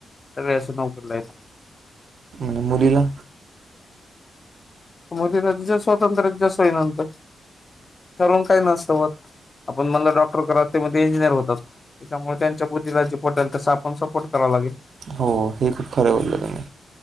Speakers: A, on the left; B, on the right.
A: सगळे असे नोकरीला हाईत.
B: म मुलीला
A: मुलीला तिच्या स्वतंत्र्य <unintelligible> सोई नंतर ठरवून काय नसत होत. आपण म्हणलं डॉक्टर करात ते म्हणते इंजिनियर होतात. त्याच्यामुळे त्यांच्या बुद्धीला जे पटेल तस आपण सपोर्ट करावा लागेल.
B: हो हे खूप खरं बोललं.